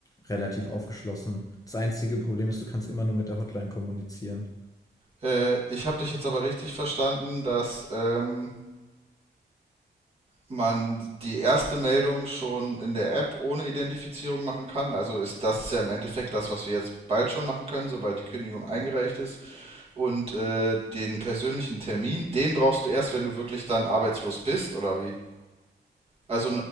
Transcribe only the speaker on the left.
relativ aufgeschlossen. Das einzige Problem ist, du kannst immer nur mit der Hotline kommunizieren.